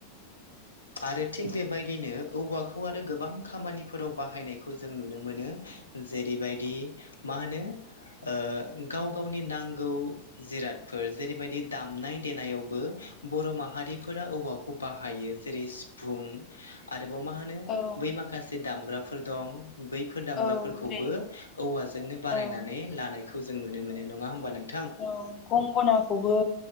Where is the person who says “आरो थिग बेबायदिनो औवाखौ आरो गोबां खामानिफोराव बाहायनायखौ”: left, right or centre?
Left